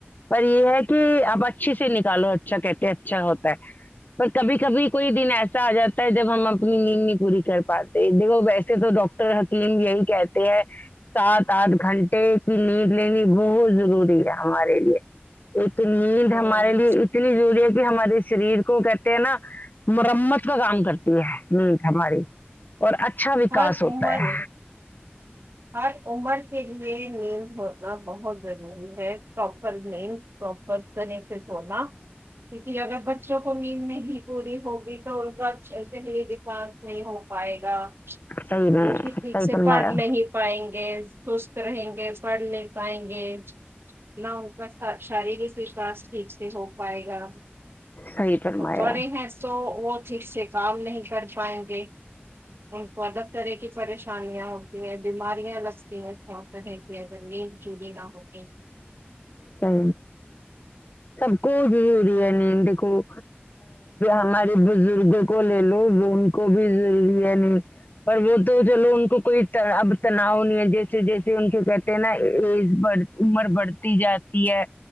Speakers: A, on the left; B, on the right.
A: پر یہ ہے کہ آپ اچھے سے نکالو اچھا کہتے اچھا ہوتا ہے پر کبھی کبھی کوئی دن ایسا آ جاتا ہے جب ہم اپنی نیند نہیں پوری کر پاتے دیکھو ویسے تو ڈاکٹر حکیم یہی کہتے ہیں سات آٹھ گھنٹے کی نیند لینی بہت ضروری ہے ہمارے لیے نیند
B: ہوں،
A: ہمارے لیے اتنی ضروری ہے کہ ہمارے شریر کو کہتے ہیں نا مرمت کا کام کرتی ہے نیٹ ہماری اور اچھا وکاس
B: ہر
A: ہوتا
B: عمر
A: ہے
B: ہر عمر سے جوے نے ب آ بہت ب ہے پراپر مین پروپر طری سے سنا کیونکہ اگر بچوں کو میند نہیں پوری ہوگی تو ان کا اچھے سے لیے ڈفرنس نہیں ہو پائے گا
A: صحیح میں
B: وہ بھی ٹھیک
A: صحیح
B: سے
A: فرمایا
B: پڑھ نہیں پائیں گے سست رہیں گے پڑھ ل پائیں گے نہ ان کا شارییرک وشاس ٹھیک سے ہو پائے گا
A: صحیح فرمایا
B: بڑے ہیں تو <unintelligible> وہ ٹھیک سے کام نہیں کر پائیں گے ان کو الگ طرح کی پریشانیاں ہوتی ہیں بیماریاں لگتی ہیں سوسنے سےگر نیند چڑی نہ ہوتی
A: صی سب کو ضروری ہے نہیں دیکھو ہمارے بزرگ کو لے لو وہ ان کو بھی ضروری ہے نہیں اور وہ تو چلو ان کو کوئی اب تناؤ نہیں ہے جیسے جیسے ان کو کہتے ہیں نا ایج بڑ عمر بڑھتی جاتی ہے